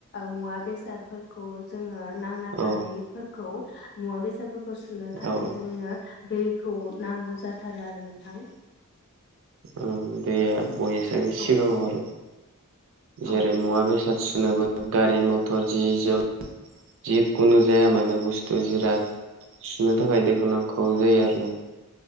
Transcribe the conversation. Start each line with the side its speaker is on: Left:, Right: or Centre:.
Left: मुवा बेसादफोरखौ जोङो नांना थानायफोरखौ
Right: औ
Left: मुवा बेसादफोर खौ सुनो थाखाय
Right: औ
Left: जोंनो दै खौ नांगौ जाथारो आरो नोंथां।
Right: ओं दैया बयनिसायबो सिगाङाव
Left: औ
Right: आरो।
Left: औ
Right: जेरै मुवा बेसाद सुनोबो गारि मथर जि जोम जिखुनु जाया मानो बुस्थु जिराद सुनो थाखाय दैखौ नांखाव जायो आरो ना।